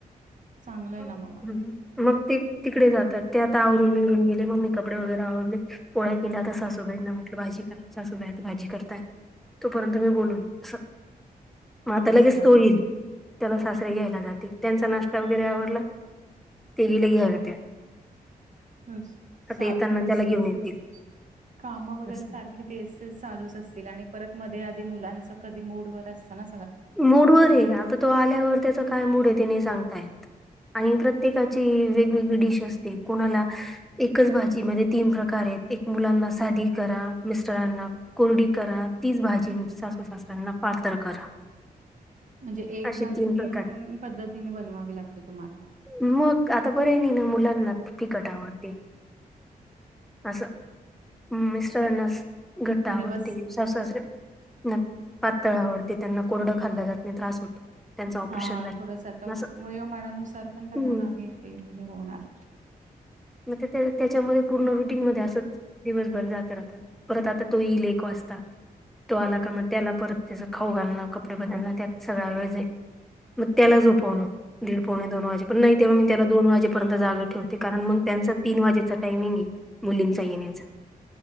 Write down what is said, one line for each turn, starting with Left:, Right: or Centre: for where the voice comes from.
Right: चांगलं आहे
Centre: हम्
Right: ना मग
Centre: हम्म. मग ते तिकडे जातात, ते आता आवरून बिवरून गेले मग मी कपडे वगैरे आवरले पोळ्या केल्या, आता सासूबाईंना म्हटलं भाजी करा, सासूबाई आता भाजी करतायत. तोपर्यंत मी बोलून स मग आता
Right: तेच
Centre: लगेच
Right: ना.
Centre: तो येईल. त्याला सासरे घ्यायला जातील, त्यांचा नाश्ता वगैरे आवरला, ते गेले घ्यायला त्याला.
Right: ह सारखं
Centre: येताना
Right: तेच
Centre: त्याला घेऊन
Right: तेच
Centre: येतील
Right: तेच काम वगैरे
Centre: असं
Right: सारखे तेच तेच चालूच असतील आणि परत मध्ये आधी मुलांच कधी मूड वर असत ना
Centre: मूडवर ये, आता तो आल्यावर त्याच काय मूड ये ते नाही सांगता येत. आणि प्रत्येकाची वेगवेगळी डिश असते, कोणाला एकच भाजीमध्ये तीन प्रकार येत, एक मुलांना साधी करा, मिस्टरांना कोरडी करा, तीच भाजी मग सासू सासऱ्यांना पातळ करा.
Right: म्हणजे एक
Centre: असे
Right: भाजी तीन
Centre: प्रकार
Right: पद्धतीने बनवावी लागते तुम्हाला?
Centre: मग आता पर्याय नाही ना मुलांना फीकट आवडते. असं मिस्टराना असं घट्ट आवडती,
Right: दिवस
Centre: सासुसासऱ्या ना पातळ आवडते त्यांना. कोरडं खाल्लं जात नाही त्रास होतो. त्यांचं ऑपरेशन
Right: हा
Centre: झालं
Right: थोडस आता
Centre: असं
Right: वयोमानानुसार पण त्यांना
Centre: हम्म
Right: नाही ते हे होणार.
Centre: मग ते त्याच्यामध्ये पूर्ण रुटीन मध्ये असंच दिवसभर जात राहत. परत आता तो येईल एक वाजता. तो आला का मग त्याला परत त्याच खाऊ घालणं, कपडे बदलणं, त्यात सगळा वेळ जाईल. मग त्याला झोपवणं, दीड पावणे दोन वाजेपर्यंत नाही तेव्हा मी त्याला दोन वाजेपर्यंत जाग ठेवते कारण मंग त्यांच तीन वाजेचा टायमिंग ये, मुलींचा येण्याचा.